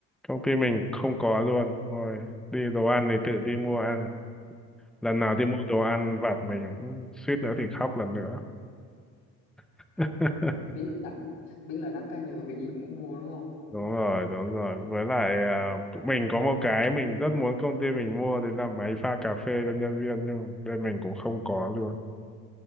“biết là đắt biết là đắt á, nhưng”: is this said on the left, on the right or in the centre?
Left